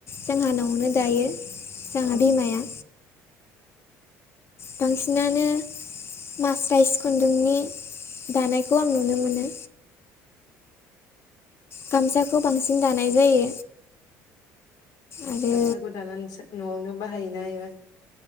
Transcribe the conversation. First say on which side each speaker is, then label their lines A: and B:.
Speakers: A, on the left (about 40°); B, on the left (about 65°).
A: जोंहा न'आवनो दायो
B: अ
A: जोंहा
B: ओं
A: बिमाया बांसिनानो मास्राइस खुन्दुंनि दानायखौ आं नुनो मोनो गामसाखौ बांसिन दानाय जायो। आरो
B: गामसाखौ दानानै नोंसा न'आवनो बाहायोना एबा